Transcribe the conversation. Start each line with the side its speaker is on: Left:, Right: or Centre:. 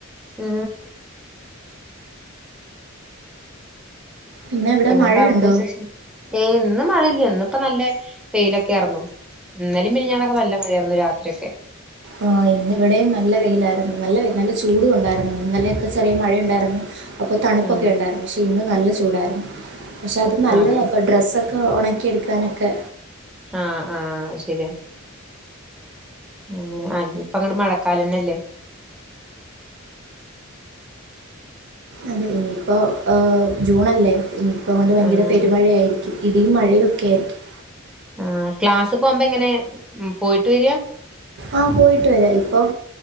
Centre: മ്
Right: പിന്നെ ഇവിടെ
Centre: പിന്നെന്താ
Right: മഴയുണ്ടോ
Centre: അവിടത്തെ വിശേഷം ഏ ഇന്നു മഴല്ല ഇന്ന്പ്പോ നല്ല വെയിലൊക്കേർന്നു ഇന്നലേം മിഞ്ഞാന്നൊക്കെ നല്ല മഴയായിരുന്നു രാത്രി ഒക്കെ
Right: ആ ഇന്ന് ഇവിടേം നല്ല വെയിലായിരുന്നു നല്ല വെയി നല്ല ചൂടുണ്ടായിരുന്നു ഇന്നലെക്കെ ചെറിയ മഴയുണ്ടായിരുന്നു അപ്പോ തണുപ്പൊക്കെ
Centre: ആ
Right: ണ്ടായിരുന്നു ക്ഷേ ഇന്ന് നല്ല ചൂടായിരുന്നു പക്ഷേ അത് നല്ലത
Centre: അതെ
Right: ബെഡ് ഡ്രസ്സൊക്കെ ഒണക്കിയെടുക്കാനൊക്കെ
Centre: ആ ആ ശെരിയാ മ് അനിപ്പങ്ങട്ട് മഴക്കാലന്നെല്ലേ
Right: അതെ ഇനിയിപ്പോ ഓ ജൂണല്ലേ ഇനിപ്പൊങ്ങട്ട് ഭയങ്കര
Centre: ആ
Right: പെരുമഴയായിരിക്കും ഇടിയും മഴയൊക്കെ ആയിരിക്കും
Centre: ആ ക്ലാസ് പോമ്പോ എങ്ങനെ മ് പോയിട്ട് വെരാ
Right: ആ പോയിട്ട് വരാ ഇപ്പം